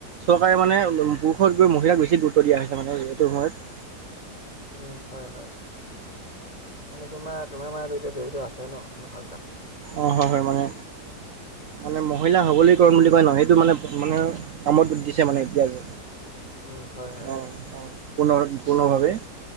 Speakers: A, on the right; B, on the left.
A: চৰকাৰে মানে পুৰুষত গৈ মহিলাক বেছি গুৰুত্ব দিয়া হৈছে মানে এইটো সময়ত।
B: উম হয় হয়, মানে তোমাৰ তোমাৰ মাজতো এতিয়া জড়িত আছে ন এনেকুৱা বিলাক।
A: অঁহ হয় হয় মানে, মানে মহিলা সবলীকৰণ বুলি কয় ন এইটো মানে মানে- কামতো দিছে মানে এতিয়া যে,
B: উম হয় হয়
A: অ
B: হয়
A: অ পুনৰ পুৰ্নৰ ভাৱে।